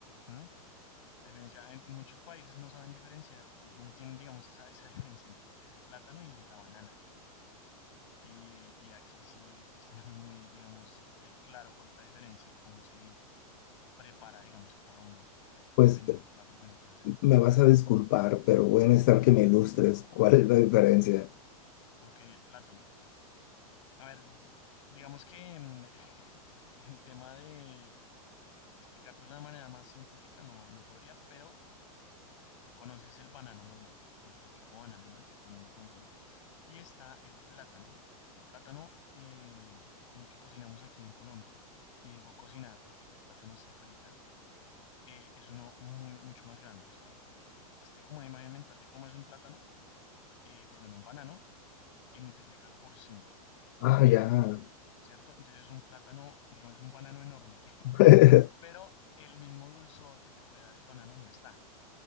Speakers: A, on the left; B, on the left.
A: ¿m? A diferencia, en, en muchos países no saben diferenciar, eh, no tienen, digamos, esa, esa <laughs> diferencia entre lo que es el plátano y la banana. Y, y aquí sí, pues <laughs> tenemos muy, digamos, eh, claro cuál es la diferencia y cómo se prepara, digamos, cada uno,
B: Pues
A: dependiendo del plato que uno quiera hacer.
B: me
A: Ujú.
B: vas a disculpar, pero voy a necesitar que me ilustres cuál es la diferencia.
A: Ok, el plátano. A ver, digamos que mm, <laughs> en tema de explicártelo de manera más científica no, no podría, pero conoces el banano normal, el, el típico banano, ¿no? El que todo el mundo consume. Y está el plátano. El plátano eh, con el que cocinamos aquí en Colombia, y digo cocinar porque ese plátano se frita, eh, es uno muy, mucho más grande. O sea, hazte como una imagen mental de cómo es un plátano, eh, eh, perdón, un banano, y multiplícalo por cinco.
B: Ah, ya.
A: ¿Cierto? Entonces es un plátano, digamos, es un banano enorme
B: <laughs>
A: pero el mismo dulzor que te puede dar el banano no está.